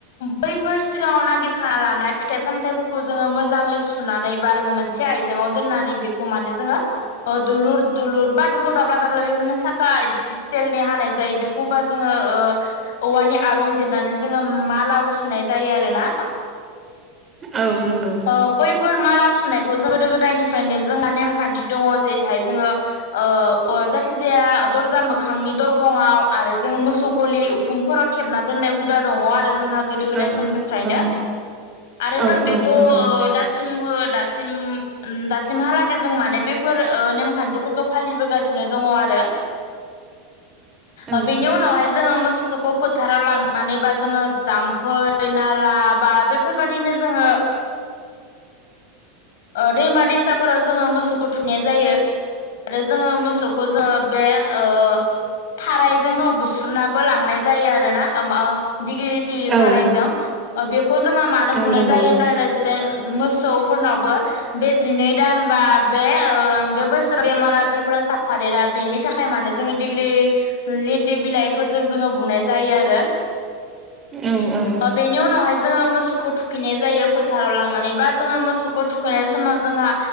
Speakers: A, on the left; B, on the right.
A: बैफोर सिगाङाव नागिरखा लानाय फिथाइ सामथाइफोरखौ जोङो मोजाङै सु सुनानै बा जोङो मोनसे आइजेङाव दोननानै बेखौ मानोे जोङो अ दुलुर-दुलुर बा बेखौ दाब्ला-दाब्ला बेफोरनो साखा दिसिटेलनि हानाय जायो बेखौबा जोङो ओ औवानि आरुं जिरनानै जोङो मालाबो सुनाय जायो आरोनाव
B: औ नंगौ
A: ओ बैफोर माला सुनायखौ जों गोदो गोदायनिफ्रायनो जोंहा नेमखान्थि दङ जेरैहाय जोङो ओ अवा जायखिजाया दरजा मोखांनि दरखंआव आरो जोङो मोसौ गलि खुमफोराव थेबना दोननाय हुदा दङ आरो जोंहा गोदो गोदाय
B: औ
A: समनिफ्रायनो।
B: औ
A: आरो
B: औ
A: जों बेखौ
B: नंगौ
A: ओ दासिम हो दासिम उम दासिमहालागै जों माने बेफोर ओ नेमखान्थिफोरखौ फालिबोगासिनो दङ आरो।
B: औ
A: ओ बेनि उ उनावहाय जोङो मोसौखौ फोथाराव लांनानै बा जोङो जाम्फै नाला बा बे फोरबायादिनो जोङो ओ दैमा दैसाफोराव जोङो मोसौखौ थुनाय जायो। आरो जोङो मोसौखौ जोङो बे ओ थारायजों थाव बुस्रोनाबो लांनाय जायो आरोना ओम ओ डिगिलिथि
B: औ
A: थानायजों ओ बेख खौ जोङो मानो बुनाय
B: औ नंगौ
A: जायोब्ला होमब्ला मोसौफोरनावबो बे जिनै दान बा बे ओ बे बोसोर बेमार आजारफोरा साबफादेरा बेनि थाखाय मानो जोङो दिग्लि लिथि बिलाइफोरजों जोङो बुनाय जायो आरो। <inaudible>
B: औ औ।
A: ओबेनि उनावहाय जोङो मोसौखौ थुखैनाय जायो फो थाराव लांनानै बा जोङो मोसौखौ थुखैनाय समाव जोंहा